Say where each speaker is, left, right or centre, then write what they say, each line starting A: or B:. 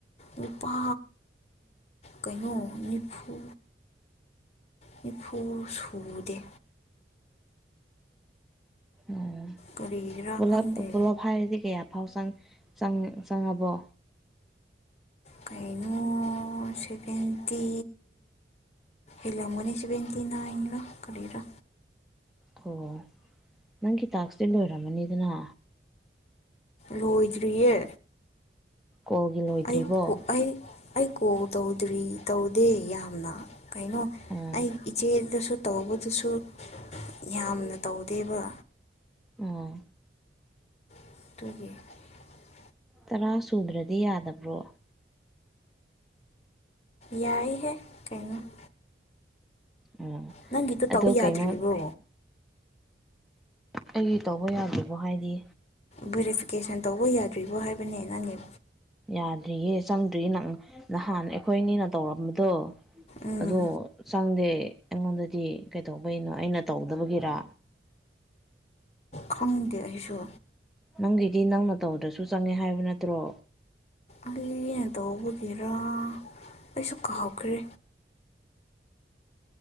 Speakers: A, on the left; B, in the centre.
A: ꯂꯨꯄꯥ ꯀꯩꯅꯣ ꯅꯤꯐꯨ ꯅꯤꯐꯨ ꯁꯨꯗꯦ
B: ꯑꯣ
A: ꯀꯔꯤꯒꯤꯔꯥ
B: ꯄꯨꯂꯞ
A: ꯈꯪꯗꯦ
B: ꯄꯨꯣꯂꯞ ꯍꯥꯏꯔꯗꯤ ꯀꯌꯥ ꯐꯥꯎ ꯆꯪ ꯪ ꯆꯪꯉꯕꯣ
A: ꯀꯩꯅꯣ ꯁꯤꯕꯇꯤ ꯏꯂꯝ ꯃꯅꯤ ꯁꯤꯕꯇꯤꯅ ꯏꯡꯂ ꯀꯔꯤꯔ
B: ꯑꯣ ꯅꯪꯒꯤꯇꯥꯛꯇꯦ ꯂꯣꯏꯔꯝꯃꯅꯤꯗꯅ
A: ꯂꯣꯏꯗ꯭ꯔꯤꯌꯦ
B: ꯀꯣꯜꯒꯤ ꯂꯣꯏꯗ꯭ꯔꯤꯕꯣ
A: ꯑꯩ ꯑꯩ ꯑꯩ ꯀꯣ ꯇꯧꯗ꯭ꯔꯤ ꯇꯧꯗꯦ ꯌꯥꯝꯅ ꯀꯩꯅꯣ
B: ꯑꯣ
A: ꯑꯩ ꯏꯆꯦꯗꯁꯨ ꯇꯧꯕꯗꯨꯁꯨ ꯌꯥꯝꯅ ꯇꯧꯗꯦꯕ
B: ꯑꯣ
A: ꯇꯒꯤꯗꯒꯤ
B: ꯇꯔꯥ ꯁꯨꯗ꯭ꯔꯗꯤ ꯌꯥꯗꯕ꯭ꯔꯣ
A: ꯌꯥꯏ ꯍꯦꯛ ꯀꯩꯅꯩꯅꯣ
B: ꯎꯝ
A: ꯅꯪꯒꯤꯗꯨꯣ
B: ꯑꯗꯣ
A: ꯇꯧ ꯌꯥꯗ꯭ꯔꯤꯕꯣ
B: ꯀꯩꯅꯣ ꯑꯩꯒꯤ ꯇꯧꯕ ꯌꯥꯗ꯭ꯦꯔꯤꯕꯣ ꯍꯥꯏꯗꯤ
A: ꯕꯦꯔꯤꯐꯤꯀꯦꯁꯟ ꯇꯧꯕ ꯌꯥꯗ꯭ꯔꯤꯕꯣ ꯍꯥꯏꯕꯅꯦ ꯅꯪꯅꯦ
B: ꯌꯥꯗ꯭ꯔꯤꯌꯦ ꯆꯪꯗ꯭ꯔꯤꯌꯦ ꯅꯪ ꯅꯍꯥꯟ ꯑꯩꯈꯣꯏꯅꯤꯅ ꯇꯧꯔꯝꯕꯗꯣ
A: ꯎꯝ
B: ꯑꯗꯣ ꯆꯥꯡꯗꯦ ꯑꯩꯉꯣꯟꯗꯗꯤ ꯀꯩꯗꯧꯕꯩꯅꯣ ꯑꯩꯅ ꯇꯧꯗꯕꯒꯤꯔ
A: ꯈꯪꯗꯦ ꯑꯩꯁꯨ
B: ꯅꯪꯒꯤꯗꯤ ꯅꯪꯅ ꯇꯧꯗ꯭ꯔꯁꯨ ꯆꯪꯉꯦ ꯍꯥꯏꯕ ꯅꯠꯇ꯭ꯔꯣ
A: ꯑꯩꯅ ꯇꯧꯕꯒꯤꯔ ꯑꯩꯁꯨ ꯀꯍꯥꯎꯈ꯭ꯔꯦ